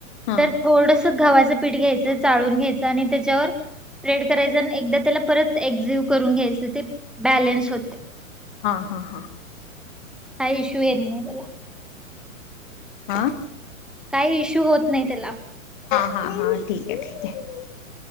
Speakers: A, on the left (about 35°); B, in the centre.
A: हां
B: तर थोडस गव्हाच पीठ् घ्यायच चाळून घ्याचं आणि त्याच्यावर स्प्रेड करायच आणि एकदा त्याला परत एक्झिव करून घ्यायच ते बॅलन्स होते.
A: हा हा हा
B: आ इशू हेेत नाही इला.
A: आह
B: काही इश्यू होत नाही त्याला.
A: हां हां ठीके आहे ठीके.